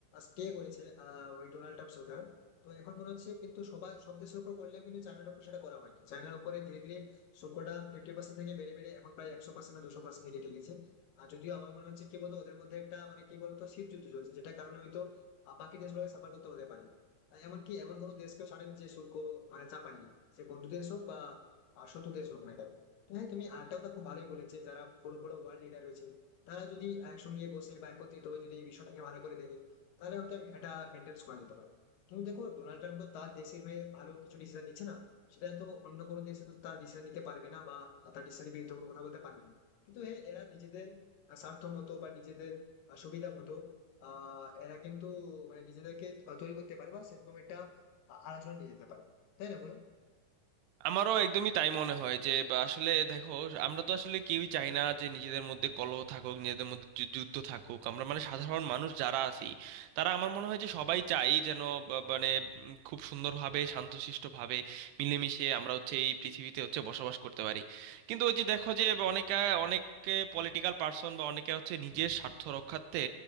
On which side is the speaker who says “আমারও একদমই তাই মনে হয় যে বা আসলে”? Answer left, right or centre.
Right